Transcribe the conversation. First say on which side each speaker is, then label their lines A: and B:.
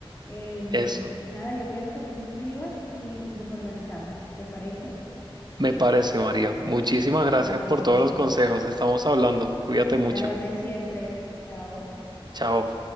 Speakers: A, on the left; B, on the right.
A: Em,
B: Eso.
A: nada, yo quedo que tú me escribas y, y nos organizamos. ¿Te parece?
B: Me parece, María. Muchísimas gracias
A: Vale,
B: por
A: buenísimo.
B: todos los consejos. Estamos hablando. Cuídate mucho.
A: A la orden siempre. Chao.
B: Chao.